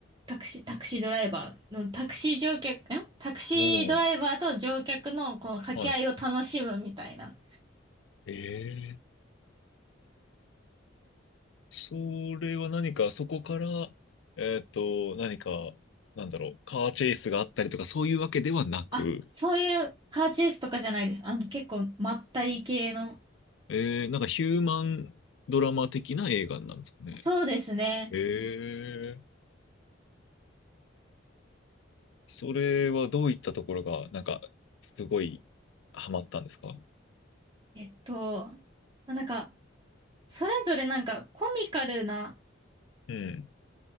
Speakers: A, on the right; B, on the left.
A: タクシー、タクシードライバーの、タクシー乗客、んタクシードライバーと乗客の、
B: おー
A: この掛け合いを楽しむみたいな。
B: はい。えそれは何か、そこから、えっと、何か、なんだろう、カーチェイスがあったりとか、そういうわけではなく、
A: あ、そういうカーチェイスとかじゃないです。あの、結構、まったり系の。
B: えー、なんかヒューマンドラマ的な映画なんですかね。
A: そうですね。
B: えー、それはどういったところが、なんか、すごい、ハマったんですか
A: えっと、まあなんか、それぞれなんか、コミカルな、
B: うん。